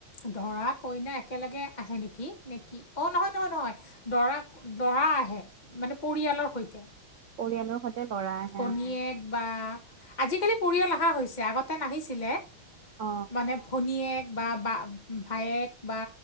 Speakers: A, on the left; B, on the right.
A: দৰা কইনা একেলগে আহে নেকি নেকি অ', নহয় নহয় নহয় দৰা দৰা আহে মানে পৰিয়ালৰ সৈতে।
B: পৰিয়ালৰ সৈতে লৰা আহে।
A: কণীয়েক
B: অ
A: বা। আজিকালি পৰিয়াল অহা হৈছে আগতে নাহিছিলে
B: অ
A: মানে ভনীয়েক। বা বা ভায়েক বা